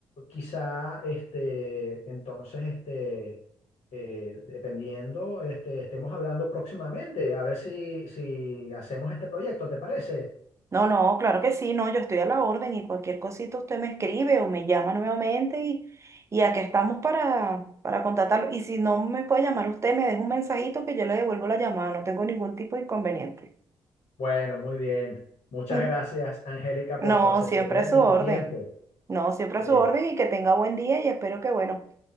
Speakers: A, on the left (about 60°); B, on the right (about 25°).
A: quizá, este, entonces, este, eh, dependiendo, este, estemos hablando próximamente, a ver si, si hacemos este proyecto, ¿te parece?
B: No, no, claro que sí, no, yo estoy a la orden y cualquier cosita usted me escribe o me llama nuevamente y, y aquí estamos para, para contactarlo. Y si no me puede llamar usted, me deja un mensajito que yo le devuelvo la llamada, no tengo ningún tipo de inconveniente. <laughs>
A: Bueno, muy bien. Muchas
B: Mm,
A: gracias, Angélica,
B: No,
A: por tu asesoría
B: siempre a su
A: y
B: orden,
A: tu tiempo.
B: no, siempre
A: Eh,
B: a su orden y que tenga buen día y espero que, bueno,